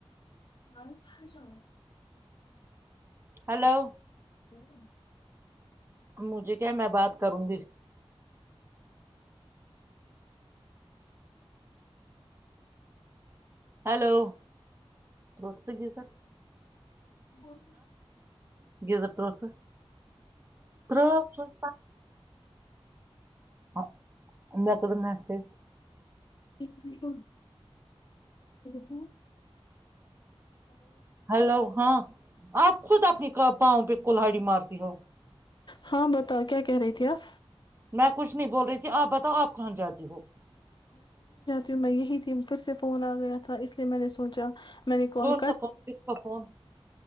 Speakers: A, on the left (about 50°); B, on the right (about 25°).
A: گسون <unintelligible>
B: ہلو
A: ہوں <unintelligible>
B: مجھے کیا میں بات کروں گی ہیلو سروت س گ سر
A: بول
B: گیزر تروت سے تروت سے ہاں اللہقب میں سے
A: ایک ک تھا
B: ہلو ہاں آپ خود اپنی پاؤں پہ کولہڑی مارتی ہو
A: ہاں بتاؤ کیا کہہ رہی تھی آپ
B: میں کچھ نہیں بول رہی تھی آپ بتاؤ آپ کہاں جاتی ہو
A: جو میں یہی تھی پھر سے فون آ گیا تھا اس لیے میں نے سوچا میں نے کال
B: کون سا فون کس کا فون